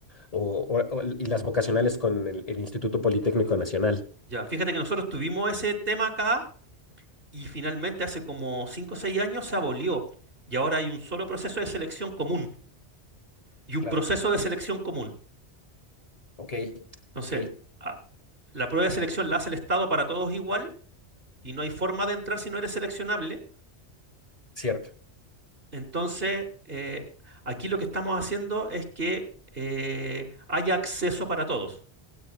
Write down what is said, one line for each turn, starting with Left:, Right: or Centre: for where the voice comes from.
Left: o, o- o- y las vocacionales con el el Instituto Politécnico Nacional.
Right: ya. Fíjate que nosotros tuvimos ese tema acá y finalmente hace como 5 o 6 años se abolió. Y ahora hay un solo proceso de selección común y un
Left: Claro.
Right: proceso de selección común.
Left: Ok,
Right: Entonces,
Left: ok,
Right: a- la prueba de selección la hace el Estado para todos igual y no hay forma de entrar si no eres seleccionable.
Left: cierto.
Right: Entonces, eh, aquí lo que estamos haciendo es que eh, haya acceso para todos,